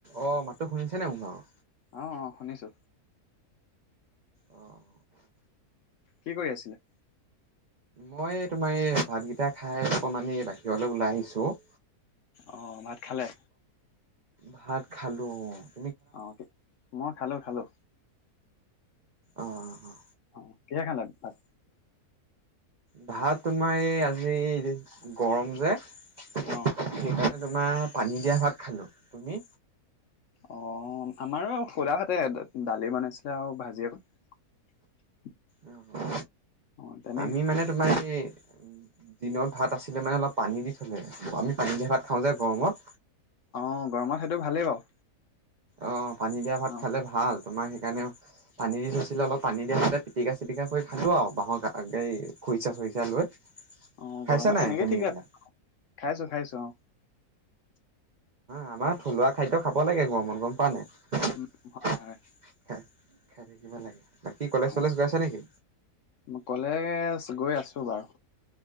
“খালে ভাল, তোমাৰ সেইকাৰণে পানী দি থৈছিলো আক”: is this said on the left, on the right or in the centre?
Right